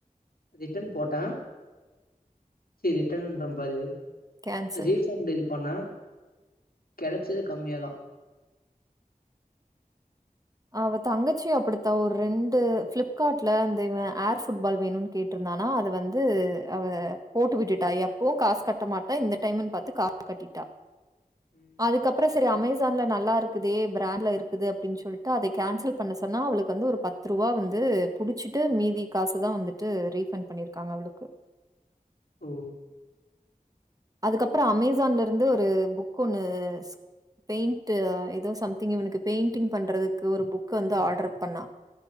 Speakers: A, on the left (about 85°); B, on the right (about 25°).
A: ரிட்டன் போட்ட சி ரிட்டனுன்ர பாரு
B: கேன்சல்
A: ரீபண்ட் இது பண்ண கெடச்சது கம்மியா தா
B: அவ தங்கச்சி அப்டித்தா ஒரு ரெண்டு ஃபிளிப்கார்ட்ல இந்த இவ ஏர் ஃபுட்பால் வேணுனு கேட்டிருந்தா னா அது வந்து அவ போட்டு விட்டுட்டா எப்பவு காஸ் கட்ட மாட்டா இந்த டைம்னு பாத்து காஸ் கட்டிட் டா
A: ம்
B: அதுக்கப்பற சரி அமேசான்ல நல்லா இருக்கதே பிராண்ட்ல இருக்கது அப்டின்னு சொல்லி ட அத கேன்சல் பண்ண சொன்னா அவளுக்கு வந்து ஒரு பத்து ரூவா வந்து புடிச்சிட்டு மீதி காசுதா வந்துட்டு ரி ரிஃபண் பண்ணிருக்காங்க அவளுக்கு
A: ஓ
B: அதுக்கபற அமேசான்ல இருந்து ஒரு புக் ஒண்ணு பெயிண்ட் ஏதோ சம்திங் இவனுக்கு பெயிண்டிங் பண்றதுக்கு ஒரு புக் வந்து ஆர்டர் பண்ணா